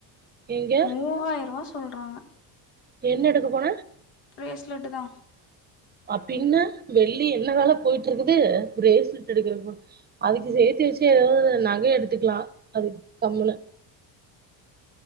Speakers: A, on the right; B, on the left.
A: எங்க
B: மூவாய்ர்ருவா சொல்றாங்க
A: என்ன எடுக்க போன
B: ப்ரேஸ்லெட்டு தா
A: அப்பின்னா வெள்ளி என்ன வெல போய்ட்ருக்குது ப்ரேஸ்லெட்டு எடுக்கறக்கு அதுக்கு சேத்தி வெச்சி எதாவ்து நக எடுத்துக்கலா அது கம்மலோ